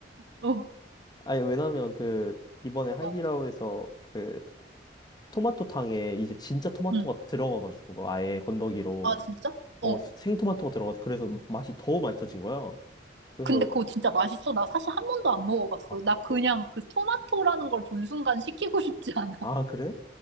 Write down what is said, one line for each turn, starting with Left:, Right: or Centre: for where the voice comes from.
Right: 어,
Left: 아니 왜냐면 그 이번에 하이디라오에서
Right: 어,
Left: 그 토마토탕에 이제 진짜 토마토가
Right: 응.
Left: 들어가가지고 아예 건더기로
Right: 아, 진짜? 어.
Left: 어 생토마토가 들어가서 그래서 맛이 더 맛있어진 거야. 그래서
Right: 근데 그거 진짜 맛있어. 나 사실 한 번도 안 먹어봤어.
Left: 아,
Right: 나
Left: 그,
Right: 그냥 그 토마토라는 걸 본 순간 시키고 싶지 않아.
Left: 아 그래?